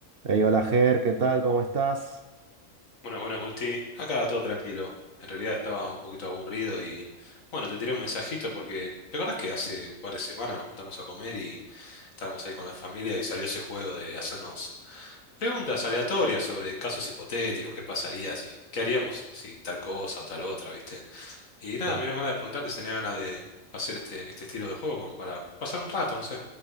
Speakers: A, on the right; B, on the left.
A: Ey, hola Ger, ¿qué tal? ¿Cómo estás?
B: Bueno, bueno, Justi, acá todo tranquilo. En realidad estaba un poquito aburrido y bueno, te tiré un mensajito porque ¿te acordás que hace un par de semanas nos juntamos a comer y estábamos ahí con la familia y salió ese juego de hacernos preguntas aleatorias sobre casos hipotéticos, qué pasaría, si, qué haríamos si tal cosa o tal otra, ¿viste? Y
A: Sí.
B: nada, me dieron ganas de preguntarte si tenía ganas de hacer este, este estilo de juego como para pasar un rato, no sé.